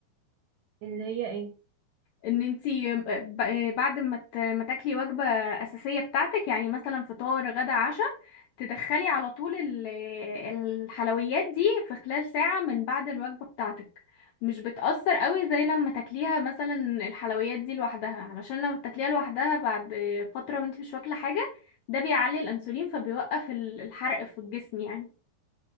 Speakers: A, on the right; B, on the left.
A: اللي هي ايه
B: ان انتي ب- بعد ما ت- ما تاكلي وجبة أساسية بتاعتك يعني مثلا فطار غدا عشاء تدخلي على طول ال- الحلويات دي في خلال ساعة من بعد الوجبة بتاعتك مش بتأثر قوي زي لما تاكليها مثلا الحلويات دي لوحدها علشان لما تاكليها لوحدها بعد فترة وانتي مش واكلة حاجة ده بيعلي الأنسولين فبيوقف ال- الحرق في الجسم يعني